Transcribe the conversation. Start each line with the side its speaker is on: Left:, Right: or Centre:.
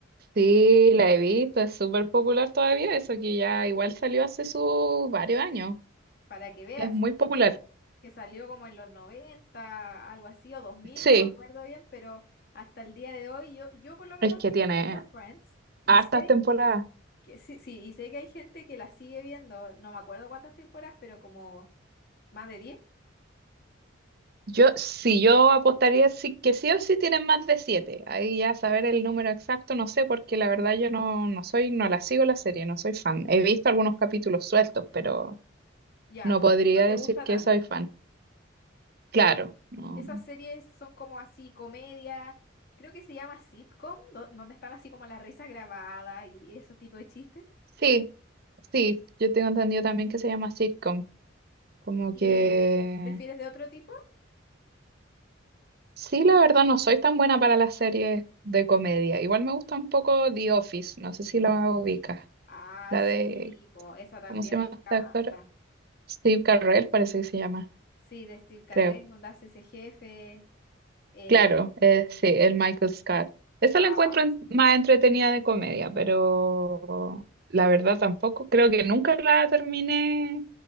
Right: Sí, la he visto, es súper popular todavía, eso que ya igual salió hace sus varios años.
Left: Para que veas,
Right: Es muy popular.
Left: que salió como en los 90, algo así, o dos mil,
Right: Sí,
Left: no me acuerdo bien, pero hasta el día de hoy yo, yo por lo menos
Right: es que
Left: sigo
Right: tiene
Left: viendo Friends. Y
Right: hartas
Left: sé
Right: temporadas.
Left: Que sí, sí, y sé que hay gente que la sigue viendo, no me acuerdo cuántas temporadas, pero como más de diez
Right: Yo, sí, yo apostaría sí, que sí o sí tienen más de siete. Ahí ya saber el número exacto, no sé, porque la verdad yo no, no soy, no la sigo la serie, no soy fan. He visto algunos capítulos sueltos, pero
Left: ya,
Right: no podría
Left: no te
Right: decir
Left: gusta
Right: que
Left: tanto.
Right: soy fan. Claro, no.
Left: Esas series son como así, comedia, creo que se llama sitcom, do- donde están así como las risas grabadas y esos tipos de chistes.
Right: Sí, Sí, yo tengo entendido también que se llama sitcom. Como
Left: ¿Y,
Right: que
Left: y prefieres de otro tipo?
Right: sí, la verdad no soy tan buena para las series de comedia. Igual me gusta un poco The Office, no sé si la ubicas.
Left: Ah,
Right: La
Left: sí,
Right: de,
Left: po, esa también
Right: ¿cómo se llama
Left: me encanta.
Right: este actor? Steve Carell parece que se llama,
Left: Sí, de Steve Carell,
Right: creo.
Left: donde hace ese jefe. eh,
Right: Claro, eh, sí, el Michael Scott. Esa
Left: ah,
Right: la encuentro en- más entretenida de comedia, pero la verdad tampoco, creo que nunca la terminé